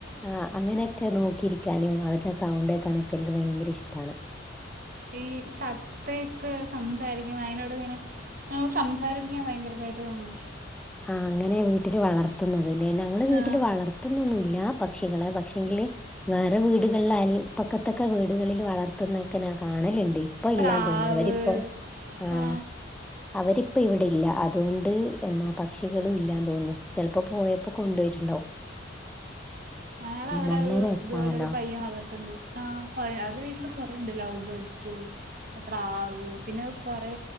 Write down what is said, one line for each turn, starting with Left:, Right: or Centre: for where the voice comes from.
Centre: ആഹ് അങ്ങനെയൊക്കെ ആഹ് അങ്ങനൊക്കെ നോക്കിയിരിക്കാനും അവരുടെ സൗണ്ട് കേക്കാനൊക്കെ എനിക്ക് ഭയങ്കര ഇഷ്ടാണ്.
Right: ഈ തത്ത ഒക്കെ സംസാരിക്കുമ്പോൾ അയിനോട് ഇങ്ങനെ. നമ്മൾ സംസാരിപ്പിക്കാൻ ഭയങ്കര ഇതായിട്ട് തോന്നും.
Centre: ആഹ് അങ്ങനെ വീട്ടില് വളർത്തുന്നത് അല്ലേ, ഞങ്ങളെ വീട്ടില്
Right: ആ,
Centre: വളർത്തുന്നൊന്നുല്ല. പക്ഷികളെ പക്ഷേ എങ്കിലേ. വേറെ വീടുകളിൽ അയൽപക്കത്ത് ഒക്കെ വീടുകളിൽ വളർത്തുന്നൊക്കെ ഞാൻ കാണലുണ്ട്. ഇപ്പൊ
Right: പ്രാവ്
Centre: ഇല്ലാ തോന്നുന്നു, അവരിപ്പോ. ആഹ്
Right: ആ
Centre: അവരിപ്പം ഇവിടെയില്ല അതോണ്ട് എന്നാ പ പക്ഷികളും ഇല്ലാന്ന് തോന്നുന്നു ചെലപ്പോ പോയപ്പോ കൊണ്ടോയിട്ടുണ്ടാവും.
Right: ഞങ്ങളുടെ അവിടെ
Centre: നല്ല
Right: ഒരു
Centre: രസാണല്ലോ
Right: ഇതുപോലൊരു പയ്യൻ വളർത്തുണ്ട്. ആഹ് കൊറെ അവരുടെ വീട്ടില് കൊറേയുണ്ട്, ലൗവ് ബേർഡ്സ്. പ്രാവ് പിന്നെ കൊറേ